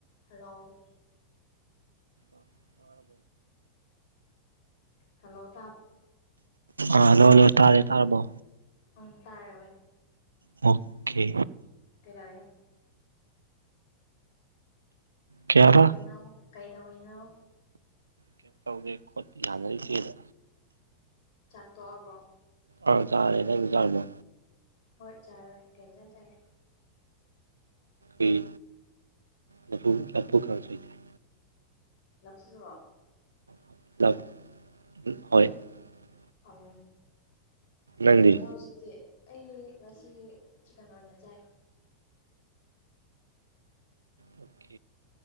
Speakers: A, on the left; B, on the right.
A: ꯍꯜꯂꯥꯎ
B: ꯑ ꯍꯔ
A: ꯍꯜꯛ
B: ꯑꯥ ꯂꯣ ꯂꯣ ꯇꯥꯔꯦ ꯇꯥꯔꯕꯣ
A: ꯎꯝ ꯇꯥꯔꯦꯑꯣ
B: ꯑꯣꯀꯦ
A: ꯀꯦꯗꯅꯣ
B: ꯀꯌꯥꯕ
A: ꯀꯗꯩꯅꯣ ꯀꯩꯗꯅꯣ
B: ꯀꯩꯝ ꯇꯧꯗꯦ ꯈꯣꯠꯄ ꯌꯥꯅꯔꯤꯁꯤꯗ
A: ꯆꯥꯇꯣ ꯑꯕꯣ
B: ꯑ ꯆꯥꯔꯦꯗ ꯆꯔꯃꯣ
A: ꯍꯣꯏ ꯆꯥꯔꯦ ꯀꯩ ꯏꯟꯖꯥꯡ ꯆꯥꯒꯦ
B: ꯑꯩ ꯂꯐꯨ ꯂꯐꯨ ꯀꯥꯡꯁꯣꯏ ꯆꯥꯏ
A: ꯂꯥꯐꯨꯗꯔꯣ
B: <unintelligible>
A: ꯑꯪ ꯀꯩꯗꯧꯋꯤꯅꯣ
B: ꯅꯪꯗꯤ
A: ꯍꯧꯖꯤꯛꯇꯤ ꯑꯩ ꯉꯁꯤ ꯆꯤꯛꯀꯟ ꯑꯣꯏꯅ ꯆꯥꯏ
B: ꯑꯣꯀꯦ